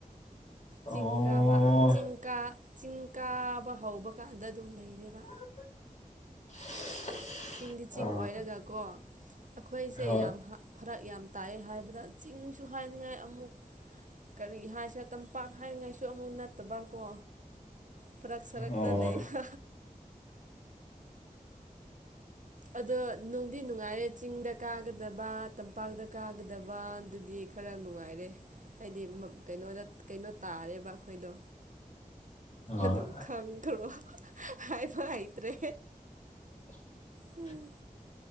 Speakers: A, on the right; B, on the left.
A: ꯆꯤꯡ
B: ꯑꯣ
A: ꯀꯥꯕ ꯆꯤꯡ ꯀꯥ - ꯆꯤꯡ ꯀꯥꯕ ꯍꯧꯕ ꯀꯥꯟꯗ ꯑꯗꯨꯝ ꯂꯩꯔꯦꯕ
B: <unintelligible>
A: ꯆꯤꯡꯗꯤ ꯆꯤꯡ
B: ꯑꯥ
A: ꯑꯣꯏꯔꯒꯀꯣ ꯑꯩꯈꯣꯏꯁꯦ
B: ꯍꯣꯏ
A: ꯌꯥꯝ ꯍꯛ ꯐꯔꯛ ꯌꯥꯝ ꯇꯥꯏꯌꯦ ꯍꯥꯏꯕꯗ ꯆꯤꯡꯁꯨ ꯍꯥꯏꯅꯤꯡꯉꯥꯏ ꯑꯃꯨꯛ ꯀꯔꯤ ꯍꯥꯏꯁꯦ ꯇꯝꯄꯥꯛ ꯍꯥꯏꯉꯥꯏꯁꯨ ꯑꯃꯨꯛ ꯅꯠꯇꯕꯀꯣ ꯐꯔꯛ ꯁꯔꯛꯇ
B: ꯑꯣ
A: ꯂꯩ <unintelligible> ꯑꯗꯣ ꯅꯨꯡꯗꯤ ꯅꯨꯡꯉꯥꯏꯌꯦ ꯆꯤꯡꯗ ꯀꯥꯒꯗꯕ ꯇꯝꯄꯥꯛꯇ ꯀꯥꯒꯗꯕ ꯑꯗꯨꯗꯤ ꯈꯔ ꯅꯨꯡꯉꯥꯏꯔꯦ ꯍꯥꯏꯗꯤ ꯃꯛ ꯀꯩꯅꯣꯗ ꯀꯩꯅꯣ ꯇꯥꯔꯦꯕ ꯑꯩꯈꯣꯏꯗꯣ
B: ꯑꯥ
A: ꯑꯗꯨꯝ ꯈꯪꯗ꯭ꯔꯣ <unintelligible> ꯍꯥꯏꯕ ꯍꯩꯇ꯭ꯔꯦ
B: <inaudible>
A: ꯍꯩ